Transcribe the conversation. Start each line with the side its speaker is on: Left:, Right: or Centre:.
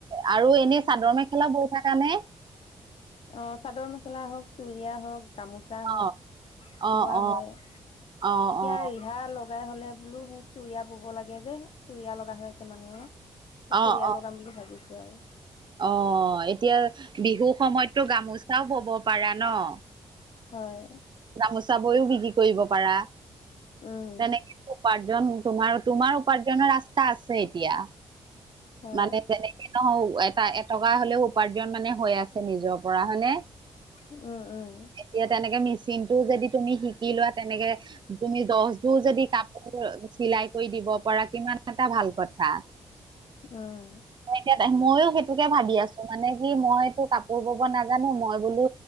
Right: আৰু এনেই চাদৰ মেখেলা বৈ থাকা নে?
Left: অ', চাদৰ মেখেলা হ'ওঁক, চুুৰিয়া হ'ওঁক, গামোচা
Right: অ',
Left: হ'ওঁক
Right: অ',
Left: বোৱা
Right: অ',
Left: হয়।
Right: অ',
Left: এতিয়া
Right: অ',
Left: ৰিহা লগাই হ'লে বোলো সেই চুৰিয়া বব লাগে যে। চুৰিয়া লগা হৈ আছে মানুহৰ, সেই
Right: অ',
Left: চুৰিয়া
Right: অ',
Left: লগাম বুলি ভাবিছো আৰু।
Right: অ', এতিয়া বিহু সময়ততো গামোচাও বব পাৰা ন'?
Left: হয়।
Right: গামোচা বৈও বিক্ৰী কৰিব পাৰা।
Left: উম
Right: তেনেক উপাৰ্জন তোমাৰ-তোমাৰ উপাৰ্জনৰ ৰাস্তা আছে এতিয়া।
Left: হয়
Right: মানে যেনেকে নহওঁ এটা-এটকা হ'লেওঁ উপাৰ্জন মানে হৈ আছে নিজৰ পৰা হয়নে?
Left: উম- উম
Right: এতিয়া তেনেকে মেচিন টো যদি তুমি শিকি লোৱা তেনেকে তুমি দহজোৰ যদি কাপোৰ চিলাই কৰি দিব পাৰা কিমান এটা ভাল কথা।
Left: উম,
Right: মই এতিয়া ময়ো সেইটোকে ভাবি আছোঁ মানে কি মইতো কাপোৰ বব নাজানো মই বোলো